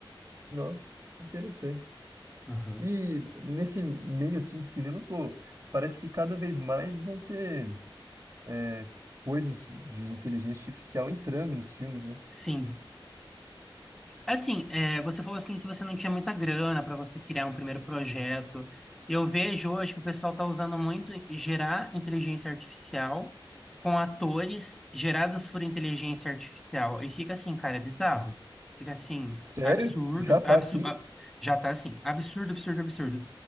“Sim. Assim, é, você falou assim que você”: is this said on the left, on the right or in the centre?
Centre